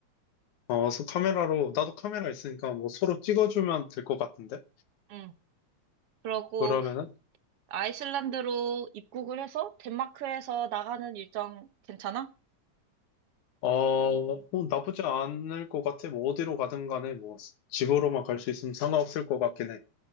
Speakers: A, on the left (about 80°); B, on the right (about 60°).
A: 어, 서 카메라로 나도 카메라 있으니까 뭐 서로 찍어주면 될 것 같은데?
B: 응. 그러고
A: 그러면은
B: 아이슬란드로 입국을 해서 덴마크에서 나가는 일정 괜찮아?
A: 어, 어, 나쁘지 않을 것 같아. 뭐 어디로 가든 간에 뭐 집으로만 갈 수 있으면 상관없을 것 같긴 해.